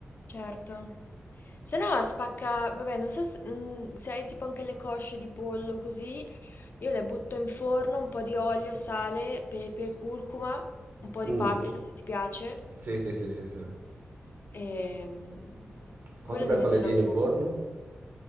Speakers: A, on the left; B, on the right.
A: Certo. Se no spacca, vabbè, non so se, mm, se hai tipo anche le cosce di pollo così, io le butto in forno, un po' di olio, sale, pepe, curcuma, un po' di
B: Mm.
A: paprika se ti piace,
B: Sì, sì, sì, sì, sì.
A: e mm,
B: Quanto
A: quella
B: tempo
A: diventerà
B: le tieni
A: bomba.
B: in forno?